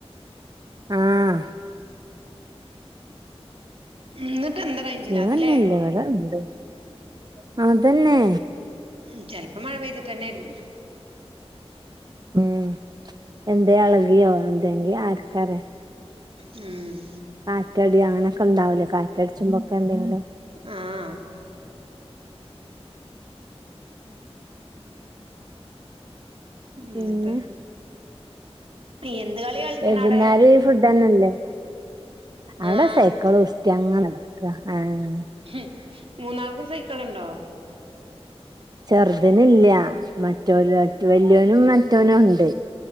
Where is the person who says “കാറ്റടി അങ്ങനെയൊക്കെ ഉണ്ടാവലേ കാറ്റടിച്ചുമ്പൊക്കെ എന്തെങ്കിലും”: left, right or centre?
Right